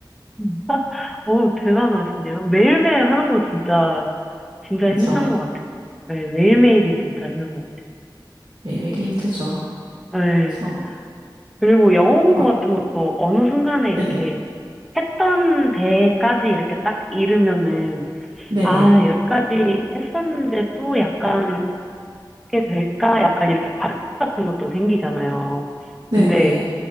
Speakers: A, in the centre; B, on the right (about 60°).
A: 음. 어, 대단하시네요. 매일매일 하는 거 진짜,
B: <laughs>
A: 진짜 힘든
B: 저
A: 것 같아요. 네, 매일매일이 진짜 힘든 것
B: 매일매일 힘들죠.
A: 같아요. 네.
B: 저
A: 그리고 영어 공부
B: 어,
A: 같은 것도 어느 순간에 이렇게
B: 네네
A: 했던 데까지 이렇게 딱 이르면은,
B: 네네
A: 아, 여기까지 했었는데 또 약간, 이렇게 될까? 약간 이렇게 과제 같은 것도 생기잖아요.
B: 네네
A: 근데